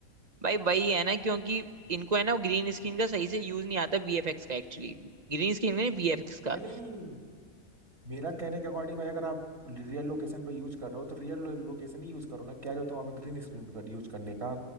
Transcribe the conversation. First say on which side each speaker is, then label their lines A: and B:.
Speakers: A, on the right; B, on the right.
A: भाई वही है ना क्योंकि इनको है ना ग्रीन स्क्रीन का सही से यूज नहीं आता वीएफएक्स का एक्चुअली ग्रीन स्क्रीन नहीं वीएफएक्स का
B: नहीं नहीं मेरा कहने के अकॉर्डिंग भाई अगर आप रियल लोकेशन पे यूज कर रहे हो तो रियल लोकेशन ही यूज करो ना क्या जो तुम वहाँ पे ग्रीन स्क्रीन कर यूज करने का